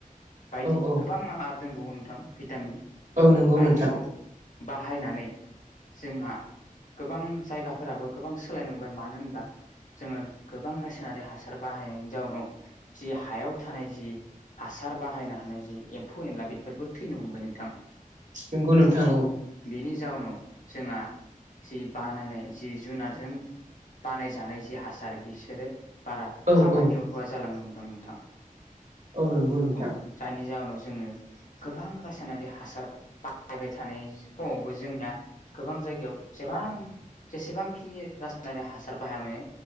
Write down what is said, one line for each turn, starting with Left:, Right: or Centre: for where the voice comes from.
Right: औ
Left: बायदि
Right: औ औ
Left: गोबां आरो दोंबावो नोंथां भिटामिन
Right: औ नंगौ
Left: बायदिखौ
Right: नोंथां।
Left: बाहायनानै जोंहा गोबां जायगाफोराबो गोबां सोलायनो मोनबाय मानो होनबा जोङो गोबां रासायनारि हासार बाहायनायनि जाउनाव जि हायाव थानाय जि हासार बाहायनो हानाय जि एम्फौ एनला बेफोरबो थैनो हमबाय नोंथां
Right: नंगौ नोंथां औ।
Left: बेनि जाउनाव जोंहा जि बानायनाय जि जुनारजों बानायजानाय जि हासार बिसोरो बारा
Right: औ
Left: खामानियाव
Right: औ
Left: होआ जालांनो हमदों नोंथां।
Right: औ नंगौ नोंथां।
Left: औ जायनि जाहोनाव जोङो गोबां रासायनारि हासार बाहायबाय थानाय समावबो जोंना गोबां जायगायाव सेबां जेसेबांखि रायारि हासार बाहाया मानो